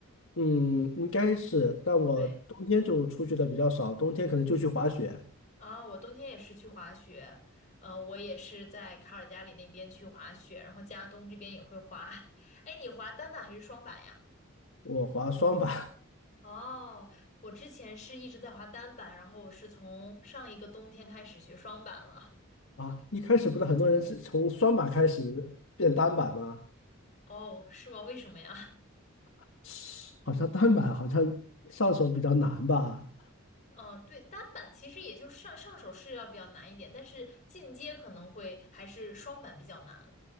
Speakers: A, on the left; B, on the left.
A: 嗯，应该是，但我冬天就出去的比较少，
B: 对。
A: 冬天可能就去滑雪，
B: 啊，我冬天也是去滑雪，呃，我也是在卡尔加里那边去滑雪，然后加东这边也会滑。<laughs> 哎，你滑单板还是双板呀？
A: 我滑双板
B: 哦，我之前是一直在滑单板，然后我是从上一个冬天开始学双板了。
A: <laughs> 啊。一开始不是很多人是从双板开始变单板吗？
B: 哦，是吗？为什么呀？
A: <laughs> 好像单板好像上手比较难吧。
B: <laughs> 哦，对，单板其实也就上上手是要比较难一点，但是进阶可能会还是双板比较难。